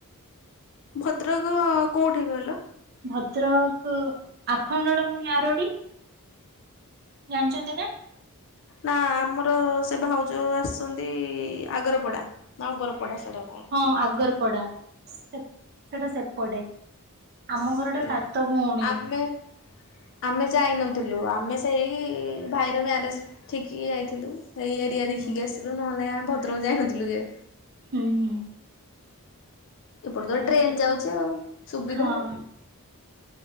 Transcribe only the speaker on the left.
ଭଦ୍ରକ କୋଉଠି କହିଲ?
ନା ଆମର ସେ ଭାଉଜ ଆସଚନ୍ତି ଆଗରପଡ଼ା। ନାଁ ଅଗର ପଡା ସେଟା କଁ।
ସେ
ଆମେ ଆମେ ଯାଇନଥିଲୁ, ଆମେ ସେଇ ଭାଇର ମ୍ୟାରେଜ ଠିକି ଯାଇଥିଲୁ ସେଇ ଏରିଆ
ଦେଖିକି ଆସିଲୁ ନହେଲେ ଆମେ ଭଦ୍ରକ ଯାଇନଥିଲୁ କେବେ।
ଏପଟ ତ
ଟ୍ରେନ
ଯାଉଛି ଆଉ ସୁବିଧା
ଆଉ